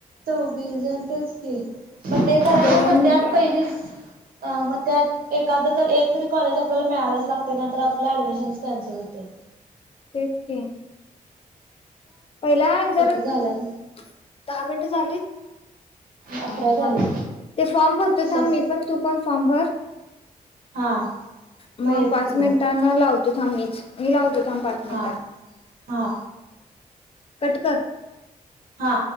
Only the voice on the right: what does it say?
चौवीस जण तेच की मग ते करायचं
मग
ते आत पहिलीच अ मग त्यात एखाद तर एकतरी कॉलेज आपल्याला मिळालाच लागते नंतर आपल्या ऍडमिशन कँन्सल होतय
झालात
अकरा
झाले
कर.
हा
येतो
तिकडं
हा हा
हा